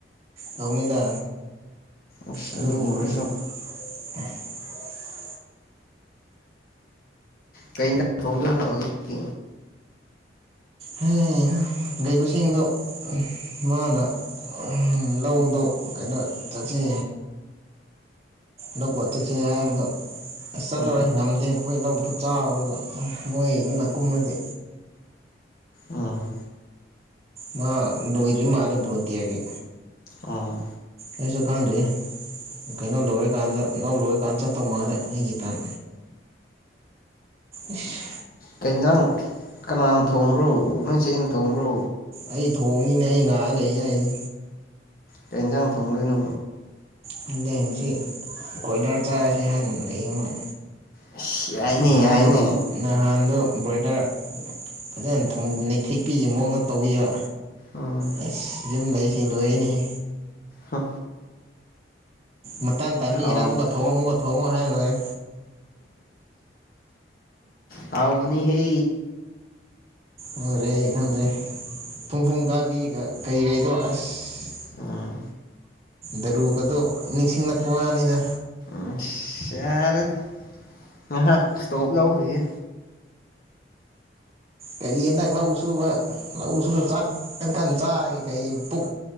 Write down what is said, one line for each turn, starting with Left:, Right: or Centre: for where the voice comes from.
Right: ꯇꯧꯅꯤꯗ
Left: ꯑꯁ
Right: ꯑꯗꯨꯒꯨꯝꯕꯗꯤ
Left: ꯑꯗꯨ ꯑꯣꯏꯔꯁꯨ
Right: <inaudible>
Left: ꯀꯩ ꯏꯟꯖꯥꯡ ꯊꫭꯡꯗꫭꯏꯅꫭ ꯍꯧꯖꯤꯛꯇꯤ
Right: ꯍꯩ ꯍ ꯂꯩꯕꯁꯤꯡꯗꫭ ꯃꯥꯅ ꯎꯝ ꯂꯧꯗꯣ ꯀꯩꯅꯣ ꯆꯠꯁꯤ ꯂꯧꯕ ꯆꯠꯁꯦ ꯍꯥꯏꯕꯗꯣ ꯑꯁ ꯆꯠꯂꯔꫭꯏ
Left: ꯎꯝ
Right: ꯉꯝꯗꯦ ꯑꯩꯈꯣꯏ ꯂꯧ ꯐꯨꯠ ꯆꯥꯎꯗꯩꯒ ꯃꯣꯏꯒꯨꯝꯒ ꯀꯨꯝꯃꯗꯤ
Left: ꯎꯝ
Right: ꯃꯥ ꯂꯣꯏꯗ꯭ꯔꯤ ꯃꯥꯂꯦ ꯕ꯭ꯔꯣꯟꯇꯤꯌꯥꯒꯤ
Left: ꯑꯣ
Right: ꯑꯩꯁꯨ ꯈꯪꯗ꯭ꯔꯤ ꯀꯩꯅꯣ ꯂꯣꯏꯔꯀꯥꯟꯗ ꯅꯧ ꯂꯣꯏꯔꯀꯥꯟꯗ ꯆꯠꯇꯧ ꯃꯥꯜꯂꯦ ꯑꯩꯒꯤ ꯇꯟ ꯏꯁ
Left: ꯀꯩ ꯏꯟꯖꯥꯡ ꯀꯅꯥꯅ ꯊꯣꯡꯕ꯭ꯔꯣ ꯅꫭꯏ ꯆꯦꯅ ꯊꯣꯡꯕ꯭ꯔꯣ
Right: ꯑꯩ ꯊꯣꯡꯅꯤꯅꯦ ꯑꯩ ꯉꯥꯏ ꯂꯩ ꯍꯥꯏꯅꯦ
Left: ꯀꯩ ꯏꯟꯖꯥꯡ ꯊꯣꯡꯗꯣꯏꯅꯣ
Right: ꯈꯪꯗꯦ ꯉꯁꯤ ꯀꯣꯏꯂꯔ ꯆꯥꯔꯁꯤ ꯍꯥꯏꯅ ꯂꯩꯌꯦ ꯃꯣꯏ
Left: ꯑꯁ ꯌꯥꯏꯅꯦ
Right: ꯅꯍꯥꯟ
Left: ꯌꯥꯏꯅꯦ
Right: ꯅꯍꯥꯟꯗꫭ ꯕ꯭ꯔꯣꯏꯂꯔ ꯐꯖꯅ ꯊꫭꯡꯕ ꯅꯩꯊꯦꯛꯄꯤ ꯃꯑꯣꯡꯅ ꯇꯧꯕꯤꯕ
Left: ꯎꯝ
Right: ꯑꯦꯁ ꯌꯨꯝ ꯂꯩꯁꯤꯡ ꯂꯣꯏꯅꯦꯍꯦ
Left: ꯍ
Right: ꯃꯇꯥꯟ ꯇꯟꯕꯒꯤꯔꯥ
Left: ꯍꯥꯎ
Right: ꯑꯃꯨꯛꯀ ꯊꯣꯡꯉꯣ ꯑꯃꯨꯛꯀ ꯊꯣꯡꯉꯣ ꯍꯥꯏꯔ ꯂꯣꯏꯔꯦ
Left: ꯍꯥꯎꯕꯅꯤ ꯍꯦ
Right: ꯂꯨꯔꯦ ꯈꯪꯗ꯭ꯔꯦ ꯐꯨꯡ ꯐꯨꯡ ꯀꯥꯕꯤꯒ ꯀꯩꯀꯩꯗꯣ ꯑꯁ
Left: ꯎꯝ
Right: ꯗꯔꯨꯒꯗꯣ ꯅꯤꯡꯁꯤꯡꯂꯛꯄ ꯋꯥꯅꯤꯅ
Left: ꯎꯁ ꯌꯥꯔꯦꯗ ꯉꯥꯏꯍꯥꯛ ꯁꯇꯣꯞ ꯂꯧꯈꯤꯒꯦ
Right: ꯀꯔꯤ ꯍꯟꯗꯛ ꯂꯧ ꯁꯨꯕ ꯂꯧ ꯁꯨꯕ ꯆꯥꯛ ꯀꯟ ꯀꯟ ꯆꯥꯒꯦ ꯀꯩ ꯄꯨꯛ